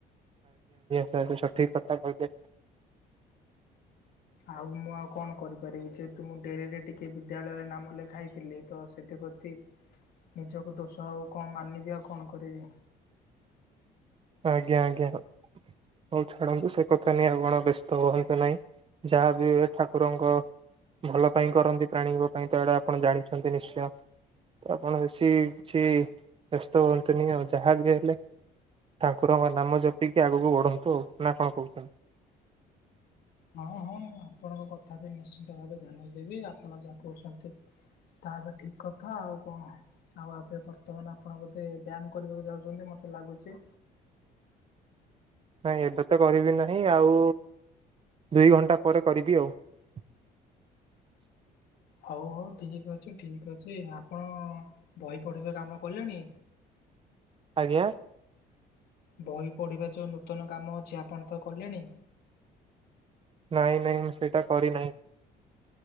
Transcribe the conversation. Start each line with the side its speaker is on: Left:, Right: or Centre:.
Right: ତାହା ବି ସଠିକ୍ କଥା କହିଲେ।
Left: ଆଉ ମୁଁ ଆଉ କଣ କରିପାରିବି ଯେହେତୁ ମୁଁ ଡେରିରେ ଟିକେ ବିଦ୍ୟାଳୟରେ ନାମ ଲେଖାଇଥିଲି ତ ସେ ଛି ନିଜକୁ ଦୋଷ ହେଉ କଣ ମାନିବି ଆଉ କଣ କରିବି।
Right: ଆଜ୍ଞା ଆଜ୍ଞା। ହୋଉ ଛାଡନ୍ତୁ ସେ କଥା ନେଇ ଆପଣ ବ୍ୟସ୍ତ ହୁଅନ୍ତୁ ନାଇଁ। ଯାହା ବି ହୁଏ ଠାକୁରଙ୍କ ଭଲ ପାଇଁ କରନ୍ତି ପ୍ରାଣୀଙ୍କ ପାଇଁ ତ ଏଇଟା ଆପଣ ଜାଣିଚନ୍ତି ନିଶ୍ଚୟ। ଆପଣ ବେଶୀ କିଛି ବ୍ୟସ୍ତ ହୁଅନ୍ତୁନି ଆଉ ଯାହା ବି ହେଲେ ଠାକୁରଙ୍କ ନାମ ଜପିକି ଆଗକୁ ବଢନ୍ତୁ ଆଉ ନା କଣ କହୁଚନ୍ତି?
Left: ହଁ ହଁ ମୁଁ ଆପଣଙ୍କ କଥା ବି ନିଶ୍ଚିନ୍ତ ଭାବେ ଧ୍ୟାନ ଦେବି ଆପଣ ଯାହା କହୁଚନ୍ତି। ତା ଏବେ ଠିକ୍ କଥା ଆଉ କଣ ଆଉ ଏବେ ବର୍ତ୍ତମାନ ଆପଣ ବୋଧେ ବ୍ୟାୟାମ କରିବାକୁ ଯାଉଛନ୍ତି ମତେ ମତେ ଲାଗୁଚି।
Right: ନାଇଁ ଏବେ ତ କରିବି ନାହିଁ ଆଉ ଦୁଇ ଘଣ୍ଟା ପରେ କରିବି ଆଉ। <inaudible>
Left: ହଉ ହଉ ଠିକ୍ ଅଛି ଠିକ୍ ଅଛି ଆପଣ ବହି ପଢିବେ କାମ କଲେଣି?
Right: ଆଜ୍ଞା?
Left: ବହି ପଢିବା ଯୋଉ ନୂତନ କାମ ଅଛି ଆପଣ ତ କଲେଣି?
Right: ନାଇଁ ନାଇଁ ମୁଁ ସେଇଟା କରି ନାହିଁ।